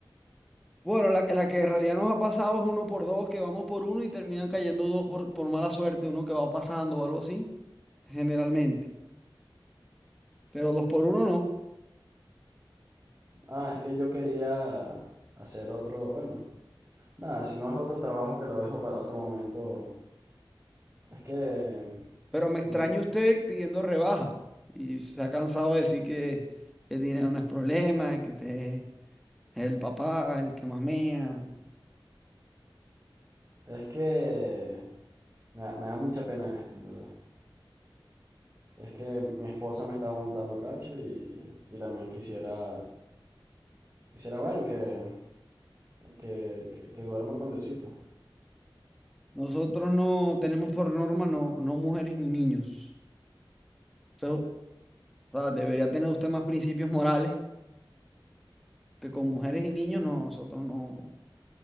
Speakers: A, in the centre; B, on the right.
A: Bueno, la, la que en realidad nos ha pasado es uno por dos, que vamos por uno y terminan cayendo dos por, por mala suerte, uno que va pasando o algo así, generalmente. Pero dos por uno no.
B: Ah, es que yo quería hacer otro, bueno. Nada, si no es otro trabajo que lo dejo para otro momento. Es que.
A: Pero me extraña
B: mi-
A: usted pidiendo rebaja y se ha cansado de decir que el dinero no es problema, que usted es el papá, el que mamea.
B: Es que. Me da, me da mucha pena esto, en verdad. Es que mi esposa me estaba montando cacho y, y también quisiera. Quisiera, bueno, que, que, que, que duerma con Diosito.
A: Nosotros no tenemos por norma no, no mujeres ni niños. o sea, o sea, debería tener usted más principios morales que con mujeres y niños, no, nosotros no.